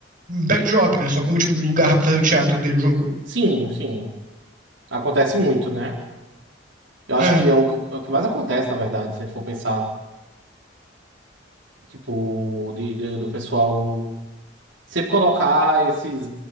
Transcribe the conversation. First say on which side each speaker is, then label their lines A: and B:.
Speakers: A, on the right; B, on the right.
A: backdrop, né? Só como, tipo, um lugar pra fazer o teatro dele, o jogo.
B: Sim, sim. Acontece muito, né? Eu acho
A: É,
B: que é o, que é o que mais acontece, na verdade, se a gente for pensar, tipo, de, de- do pessoal sempre colocar esses,